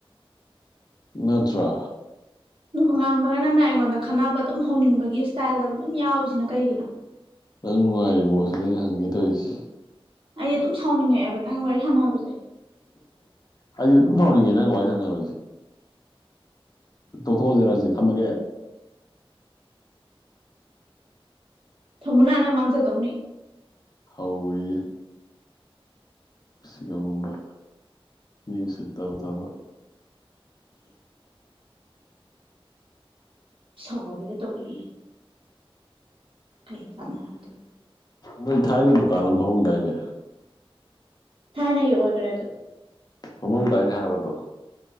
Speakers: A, on the left; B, on the right.
A: ꯅꯠꯇ꯭ꯔ
B: ꯅꯣꯡꯉꯥꯟꯕꯒꯅꯅ ꯑꯩꯉꯣꯟꯗ ꯈꯠꯅꯕ ꯑꯗꯨꯝ ꯍꯧꯅꯤꯡꯕꯒꯤ ꯁ꯭ꯇꯥꯏꯜꯗ ꯑꯗꯨꯝ ꯌꯥꯎꯔꯤꯁꯤꯅ ꯀꯩꯒꯤꯅꯣ
A: ꯅꯪ ꯅꯨꯡꯉꯥꯏꯔꯤꯕ ꯄꯣꯠꯁꯤꯅꯦ ꯑꯩꯅ ꯍꯪꯒꯦ ꯇꯧꯔꯤꯁꯦ
B: ꯑꯩ ꯑꯗꯨꯝ ꯁꯥꯎꯅꯤꯡꯉꯛꯑꯦꯕ ꯅꯪ ꯋꯥꯔꯤ ꯁꯥꯟꯅꯕꯁꯦ
A: ꯑꯩꯁꯨ ꯑꯗꯨꯝ ꯐꯥꯎꯅꯤꯡꯉꯦ ꯅꯪꯒ ꯋꯥꯔꯤ ꯁꯥꯟꯅꯕꯁꯦ ꯇꯧꯊꯣꯛꯑꯁꯦ ꯔꯥꯖꯤꯠ ꯊꯝꯃꯒꯦ
B: ꯊꯝꯃꯨꯅꯥ ꯅꯪ ꯃꯥꯡꯖꯗꯧꯅꯤ
A: ꯍꯧꯔꯤ ꯁꯤꯒꯨꯝꯕ ꯃꯤꯁꯤ ꯇꯕ ꯇꯕ
B: ꯁꯥꯎꯒꯒ ꯇꯧꯔꯛꯏ ꯀꯩ ꯇꯥꯟꯅꯔꯗꯣꯏꯅ
A: ꯅꯣꯏ ꯊꯥꯏꯅ ꯗꯨꯀꯥꯟ ꯑꯃ ꯐꯥꯎꯑꯝꯗꯥꯏꯅꯦ
B: ꯊꯥꯏꯅꯒꯤ ꯑꯣꯏꯈ꯭ꯔꯦꯗꯣ
A: ꯍꯣꯡꯉꯝꯗꯥꯏꯅꯦ ꯍꯥꯏꯕ ꯑꯗꯣ